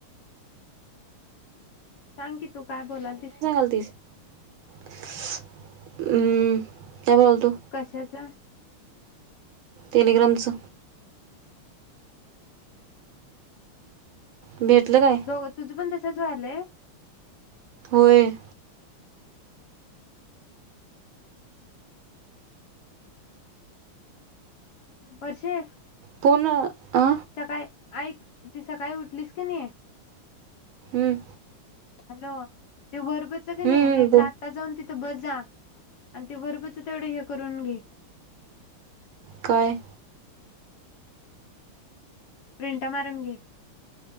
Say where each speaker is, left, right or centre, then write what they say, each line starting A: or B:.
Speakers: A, on the left; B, on the right.
A: सांग की तू काय बोलालतीस की?
B: हम्म, काय म्हणतो.
A: कशाचा?
B: टलिग्रॅमच. भेटलं काय.
A: हो तुझं पण तसंच व्हालंय.
B: होय.
A: वर्षे.
B: फोन आ.
A: सकाळी ऐक ती सकाळी उठलीस की नी
B: हम्म.
A: हॅलो ते वर्बच की
B: हं,
A: नी नाहीतर
B: बो
A: आता जाऊन तिथ बजा आणि ते वर्बच तेवढं हे करून घे.
B: काय?
A: प्रिंटा मारून घे.